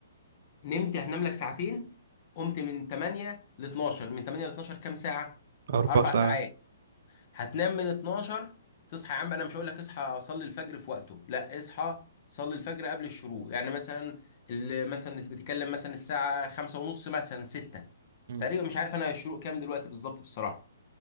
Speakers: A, on the left; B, on the right.
A: نمت هتنام لك ساعتين قمت من 8 ل 12 من 8 ل 12 كام ساعة؟
B: اربع
A: اربع
B: ساعات
A: ساعات هتنام من 12 تصحى يا عم انا مش هقول لك اصحى صلي الفجر في وقته لا اصحى صلي الفجر قبل الشروق يعني مثلا ال- مثلا بتتكلم مثلا الساعة 5 ونص مثلا 6
B: مم.
A: تقريبا مش عارف انا الشروق كام دلوقتي بالظبط بصراحة